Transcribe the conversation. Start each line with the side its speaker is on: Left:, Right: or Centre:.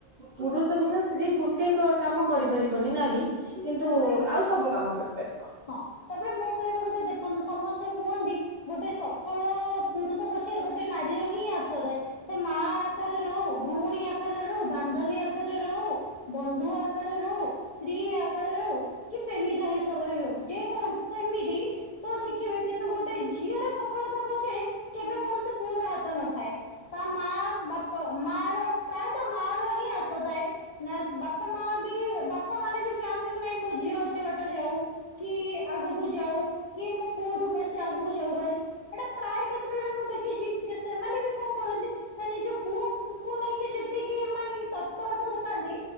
Right: ପୁରୁଷ ବିନା ସ୍ତ୍ରୀ ଗୋଟେ କାମ କରିପାରିବନି ନାରୀ। କିନ୍ତୁ
Left: ଆଜ୍ଞା
Right: ଆଉ ସବୁ କାମ କରିପାରିବ।
Left: ହଁ ତାପରେ ମୋ କହିବା କଥା ଦେଖନ୍ତୁ ସମ ତ କୁହନ୍ତି ଗୋଟେ ସଫଳ ପୁରୁଷ ପଛରେ ଗୋଟେ ନାରୀର ହିଁ ହାତ ଥାଏ। ସେ ମା ଆକାରରେ ହଉ ଭଉଣୀ ଆକାରରେ ହଉ ବାନ୍ଧବୀ ଆକା ଆକାରରେ ହଉ ବନ୍ଧୁ ଆକାରରେ ହଉ ସ୍ତ୍ରୀ ଆକା ହଉ କି ପ୍ରେମିକା ହିସାବରେ ହଉ ଯେ କୌଣସି ସେମିତି ତ ଦେଖିବେ କିନ୍ତୁ ଗୋଟେ ଝିଅର ସଫଳତା ପଛରେ କେବେ କୌଣସି ପୁଅର ହାତ ନଥାଏ। ତା ମା ବା ତ ମା ର ପ୍ରାୟତଃ ମା ର ହିଁ ଆସଥାଏ ନା ବାପା ମା ବି ବାପା ମାନେ ମୁ ଚାହାନ୍ତି ନାଇଁ ମୋ ଝିଅ ଏତେ ବାଟ ଯାଉ କି ଆଗକୁ ଯାଉ କି ମୁଁ ପୁଅଠୁ ବେଶୀ ଆଗକୁ ଯାଉ ଭାରି ଏଟା ମୁଁ ପ୍ରାୟ କ୍ଷେତ୍ରରେ ମୁଁ ଦେଖିଛି ଯେ ସେମାନେ ବି କଣ କରନ୍ତି ନିଜ ପୁଅକୁ ନେଇକି ଯେତିକି ମାନେ ତପରତା ଦେଖାନ୍ତି